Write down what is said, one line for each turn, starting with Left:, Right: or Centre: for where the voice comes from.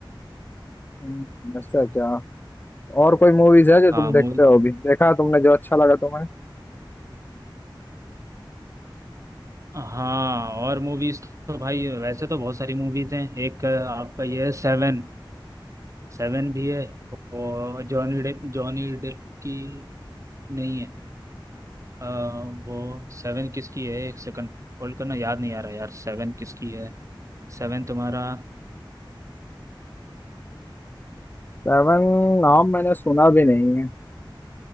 Left: हम्म, ऐसा क्या और कोई मूवीज है जो
Right: हाँ
Left: तुम
Right: मूवी
Left: देखते हो अभी देखा तुमने जो अच्छा लगा तुम्हें
Right: हाँ और मूवीज तो भाई वैसे तो बहुत सारी मूवीज हैं एक अ, आपका ये है सेवन सेवन भी है और जॉनी डेप जॉनी डेप की नहीं है अ, वो सेवन किसकी है एक सेकंड होल्ड करना याद नहीं आ रहा यार सेवन किसकी है सेवन तुम्हारा
Left: सेवन नाम मैंने सुना भी नहीं है